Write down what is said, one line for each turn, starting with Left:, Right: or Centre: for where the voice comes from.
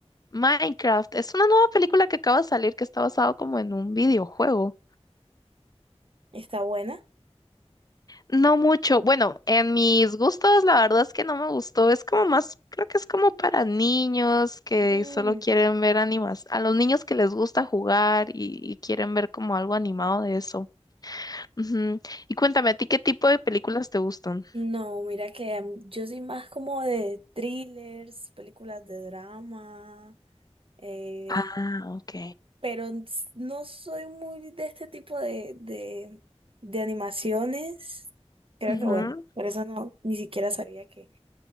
Left: Minecraft es una nueva película que acaba de salir que está basado como en un videojuego.
Right: ¿Está buena?
Left: No mucho. Bueno, en mis gustos, la verdad es que no me gustó. Es como más, creo que es como para niños que
Right: Mm,
Left: solo quieren ver animas, a los niños que les gusta jugar y, y quieren ver como algo animado de eso. Ujú. Y cuéntame, ¿a ti qué tipo de películas te gustan?
Right: no, mira que mm, yo soy más como de thrillers, películas de drama, eh,
Left: Ah, ok.
Right: pero s- no soy muy de este tipo de, de, de animaciones. Creo
Left: Ujú.
Right: que bueno, por eso no, ni siquiera sabía que,